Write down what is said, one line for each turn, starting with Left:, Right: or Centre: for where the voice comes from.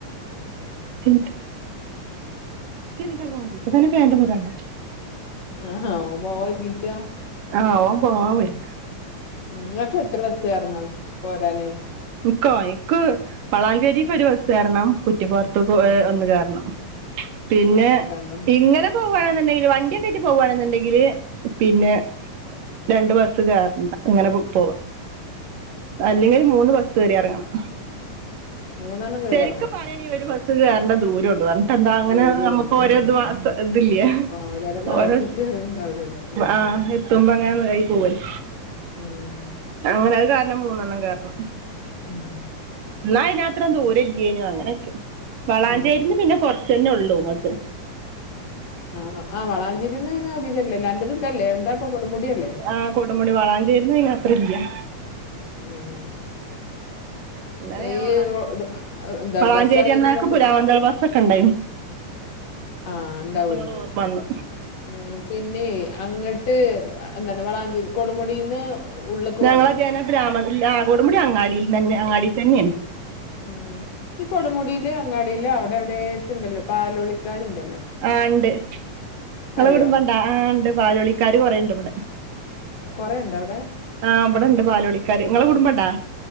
Right: <unintelligible> ഉച്ചരിഞ്ഞിട്ടാ പോണത് ഇപ്പ തന്നെ പാൻ്റൊന്നും ഇടണ്ട
Left: ആഹാ ഓം പോവാ ഒരുങ്ങിക്കാ
Right: ആഹ് ഓം പോവാ ഒര്ങ്ങ
Left: ഉം ഇങ്ങക്ക് എത്ര ബസ്സ് കേറണം പോരാന്
Right: ഇക്കോ ഇക്ക് വളാഞ്ചേരിക്ക് ഒരു ബസ് കേറണം കുറ്റിപൊറത്ത്ക്ക്
Left: ഉം
Right: ഏ ഒന്ന് കേറണം പിന്നെ
Left: ആ രണ്ടെണ്ണം
Right: ഇങ്ങനെ പോവാണെന്നുണ്ടെങ്കില് വണ്ടിയൊക്കെ ആയിറ്റ് പോവാണെന്നുണ്ടെങ്കില് പിന്നെ രണ്ട് ബസ്സ് കേറണ്ട ങ്ങനെ പോ പോവാ അല്ലെങ്കില് മൂന്ന് ബസ്സ് കയറി അറങ്ങണം
Left: മൂന്നെണ്ണം കേറി
Right: ശരിക്ക്
Left: ഇറങ്ങണോ
Right: പറയണീ ഒരു ബസ് കേറണ്ട ദൂര ഓരോള്ളു പറ എന്താ അങ്ങനെ
Left: ദൂരേ
Right: നമുക്ക്
Left: ഉള്ളു
Right: ഒരു
Left: ഉം
Right: ഇത് വാ ഇതില്ലേ
Left: ആ ഓരോരോ ഭാഗത്തേക്ക്
Right: ഓരോ
Left: ഇണ്ടാവൂലല്ലോ ഉം
Right: ആഹ് ത്തുമ്പങ്ങനെ വേ പോവല്ലേ
Left: ഉം
Right: അങ്ങനെ അത് കാരണം മൂന്നെണ്ണം കയറണം.
Left: ഉം
Right: ന്നാ അയിന് അത്ര ദൂരം ഇല്ലേനു, അങ്ങനെയൊക്കെയ വളാഞ്ചേരിന്ന്
Left: ഉം
Right: പിന്നെ കൊറച്ച്. ച്ചെന്നെ ഒള്ളൂ ഇങ്ങട്ട്.
Left: ആഹ് വളാഞ്ചിരിന്ന് അതിന് അധികംല്ലല്ലോ അണ്ടിനുംത്ഇതല്ലേ എന്താപ്പൊ കൊടു മുടിയല്ലേ.?
Right: ആഹ് കൊടു മുടി വളാഞ്ചേരി ന്ന് പിന്നെ അത്ര ഇല്ല്യാ.
Left: ഉം
Right: ഇന്നലെ ഞാൻ
Left: ഈ
Right: അവിടെ
Left: റോഡ് എന്താ
Right: വളാഞ്ചേരിന്.
Left: ബസ് ഇറങ്ങിയിട്ട്
Right: <unintelligible>
Left: ഇണ്ടാക്കു-
Right: എനിക്ക് ഉണ്ടായിരുന്ന
Left: ആ ഉണ്ടാവേ
Right: അപ്പ അങ്ങനെ ഓർമ്മ വന്നു.
Left: ഉം പിന്നെ അങ്ങട്ട് എന്നേരം വേണം അങ്ങ് കൊടുമുടിന്ന്. ഉള്ളിക്ക്
Right: <unintelligible>
Left: പോണോ
Right: അങ്ങാടിയിൽ തന്നെ അങ്ങാടിയിൽ തന്നെയാണ്.
Left: ഉം ഈ കൊടമുടിയില് അങ്ങാടിയില് അവിടെ അവിടെ റ്റുണ്ടല്ലോ പാലോളിക്കാരുണ്ടല്ലോ.?
Right: ആഹ് ഇണ്ട് ഇങ്ങളെ
Left: അറിയോ
Right: കുടുംബയുണ്ടോ, ആഹ് ഇണ്ട് പാലോളിക്കാര് കൊറേണ്ട് ഇവിടെ.
Left: കൊറെ ഒണ്ടോ അവിടെ?
Right: ആഹ് ഇവിടെണ്ട് പാലോളിക്കാര് ങ്ങളെ കുടുംബം ഇണ്ടാ?